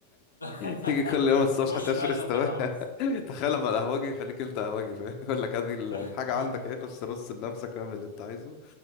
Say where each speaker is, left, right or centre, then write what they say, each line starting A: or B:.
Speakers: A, on the left (about 80°); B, on the left (about 40°).
A: <laughs>
B: تيجي كل يوم الصبح
A: خش
B: تفرس
A: بقى لما
B: تو-
A: تعوز
B: <laughs> تخيل لما القهوجي يخليك انت قهوجي فاهم <laughs> يقول لك ادي ال-
A: <laughs>
B: الحاجه عندك ايه خش رص لنفسك واعمل اللي انت عايزه